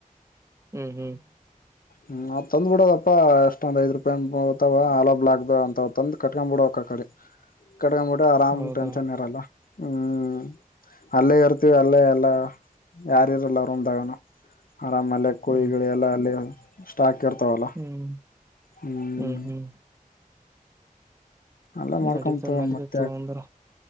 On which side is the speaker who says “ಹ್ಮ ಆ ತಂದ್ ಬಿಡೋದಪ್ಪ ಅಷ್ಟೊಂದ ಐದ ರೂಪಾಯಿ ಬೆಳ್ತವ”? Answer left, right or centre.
Left